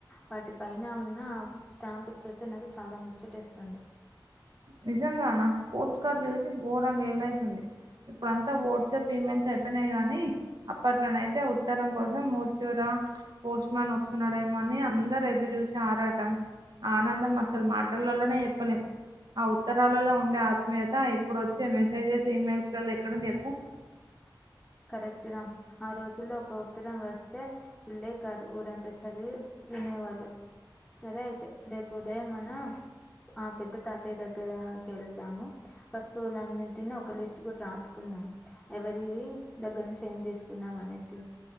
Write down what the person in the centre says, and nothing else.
వాటి పైన ఉన్న స్టాం పులు చేస్తే నాకు చాలా ముచ్చటేస్తుంది
పెట్టినం ఆ రోజుల్లో ఒక ఉత్తరం వస్తే ఇల్లే కాదు ఊరంత చదివి వినే వాళ్ళు సరే అయితే రేపు ఉదయం మనా ఆ పెద్ద తాతయ్య దగ్గరకెల్తాము వస్తువులన్నిటిని ఒక లిస్ట్ కూడా రాసుకున్నా ఎవరివి దగ్గర నుంచి ఏం తీసుకున్నాం అనేసి